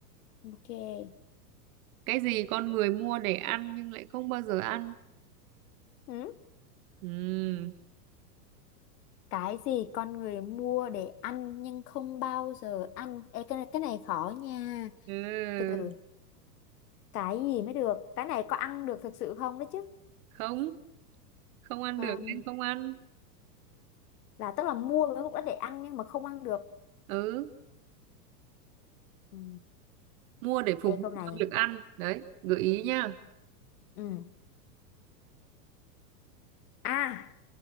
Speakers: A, on the left; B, on the right.
A: ok.
B: Cái gì con người mua để ăn nhưng lại không bao giờ ăn?
A: Ừ.
B: Ừm,
A: Cái gì con người mua để ăn nhưng không bao giờ ăn? Ê, cái này, cái này khó nha.
B: Ừ.
A: Từ từ, cái gì mới được? Cái này có ăn được thực sự không đấy chứ?
B: Không, không ăn
A: Còn
B: được nên không ăn.
A: là tức là mua với mục đích để ăn nhưng mà không ăn được.
B: Ừ,
A: Ừ.
B: mua để phục
A: Ê,
B: vụ
A: câu này.
B: cho việc ăn. Đấy, gợi ý nha.
A: Ừ. À.